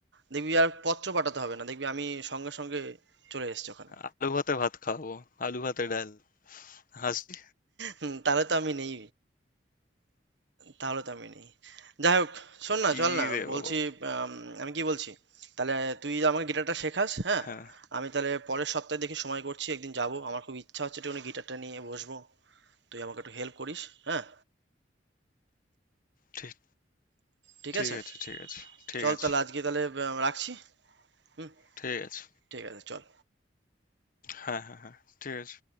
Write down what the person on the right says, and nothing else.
দেখবি আর পত্র পাঠাতে হবে না দেখবি আমি সঙ্গে সঙ্গে চলে এসেছি ওখানে
হুম, তাহলে তো আমি নেই তাহলে তো আমি নেই যাই হোক শোন
না চল না
বলছি
আম, আমি কি বলছি তাহলে তুই আমাকে গিটারটা শেখাস হ্যাঁ
আমি তাহলে পরের সপ্তাহে দেখি সময় করছি একদিন যাব আমার খুব ইচ্ছা হচ্ছে একটু গিটারটা নিয়ে বসবো তুই আমাকে একটু হেল্প করিস হ্যাঁ
ঠিক
আছে
চল
তাহলে আজকে তাহলে আহ, রাখছি হুম
ঠিক আছে চল